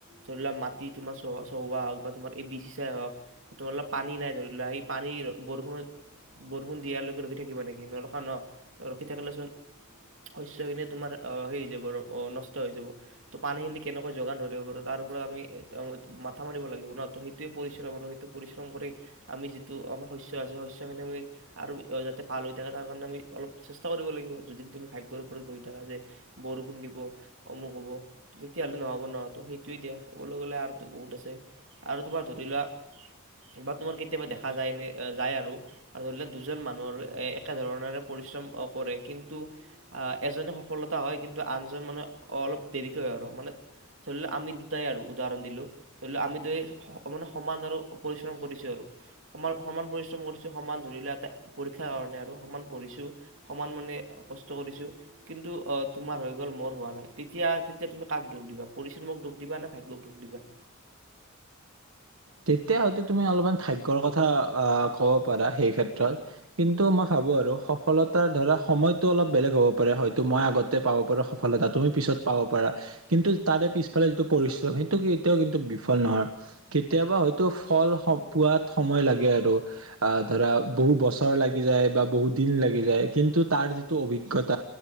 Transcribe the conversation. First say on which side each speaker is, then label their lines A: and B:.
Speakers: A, on the right; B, on the right.
A: ধৰি লোৱা মাটি তোমাৰ চ চহুৱোৱা হওঁক বা তোমাৰ এ বীজ সিচাই হওঁক তোমালোকৰ পানী নাই ধৰি লোৱা সি পানী বৰষুণ বৰষুণ দিয়ালৈকে ৰখি থাকিবা নেকি নৰখা ন ৰখি থাকিলেচোন শস্যখিনি তোমাৰ আহ হেৰি হৈ যাব আৰু অ নষ্ট হৈ যাব ত' পানীখিনি কেনেকৈ যোগান ধৰিব পাৰ তাৰ ওপৰত আমি মাথা মাৰিব লাগিব ন ত সেইটোয়ে পৰিশ্ৰম আৰু টো পৰিশ্ৰম কৰি আমি যিটো আমাৰ শস্য আছে শস্যখিনি আমি আৰু যাতে ভাল হৈ থাকে তাৰ কাৰণে আমি অলপ চেষ্টা কৰিব লাগিব যদি তুমি ভাগ্যৰ ওপৰত গহি থাকা যে বৰষুণ দিব অমুক হ'ব তেতিয়াহ'লে নহ'ব নহয়তো সেইটোৱে দিয়া ক'বলৈ গ'লে আৰুতো বহুত আছে আৰু তোমাৰ ধৰি লোৱা বা তোমাৰ কেতিয়াবা দেখা যায়নে যায় আৰু ধৰিলে দুজন মানুহৰ এ একে ধৰণৰে পৰিশ্ৰম কৰে কিন্তু এজনে সফলতা হয় কিন্তু আনজন মানে অলপ দেৰিকৈ হয় আৰু মানে ধৰি লওক আমি দুটাই আৰু উদাহৰণ দিলো ধৰি লওক আমি দুয়ে মানে সমান আৰু পৰিশ্ৰম কৰিছোঁ আৰু সমান সমান পৰিশ্ৰম কৰিছোঁ সমান ধৰিলে এটা পৰীক্ষাৰ কাৰণে আৰু সমান পঢ়িছোঁ সমান মানে কষ্ট কৰিছোঁ। কিন্তু তোমাৰ হৈ গ'ল মোৰ হোৱা নাই তেতিয়া তেতিয়া তুমি কাক দুখ দিবা পৰিশ্ৰমক দুখ দিবা নে ভাগ্যক দুখ দিবা।
B: তেতিয়া হয়তো তুমি অলপমান ভাগ্যৰ কথা আহ ক'ব পাৰা সেই ক্ষেত্ৰত কিন্তু মই ভাবো আৰু সফলতাৰ ধৰা সময়তটো অলপ বেলেগ হ'ব পাৰে হয়তো মই আগত পাব পৰা সফলতা তুমি পিছত পাব পাৰা কিন্তু তাৰে পিছফালে যিটো পৰিশ্ৰম সেইটো কেতিয়াও কিন্তু বিফল নহয় কেতিয়াবা হয়তো ফল পোৱাত সময় লাগে আৰু আহ ধৰা বহু বছৰ লাগি যায় বা বহু দিন লাগি যায় কিন্তু তাৰ যিটো অভিজ্ঞতা